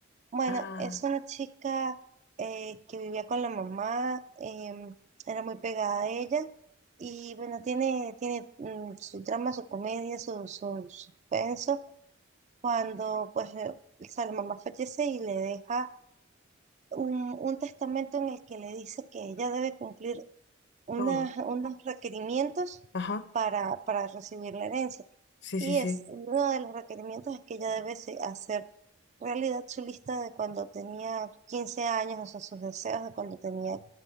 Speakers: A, on the right; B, on the left.
A: Bueno,
B: Ah,
A: es una chica eh, que vivía con la mamá, em, era muy pegada a ella y bueno, tiene, tiene mm, su drama, su comedia, su, su suspenso. Cuando pues eh, o sea, la mamá fallece y le deja un, un testamento en el que le dice que ella debe cumplir unas-
B: todo.
A: unos requerimientos
B: Ajá.
A: para, para recibir la herencia.
B: Sí,
A: Y
B: sí, sí.
A: es uno de los requerimientos es que ella debe se- hacer realidad su lista de cuando tenía 15 años, o sea, sus deseos de cuando tenía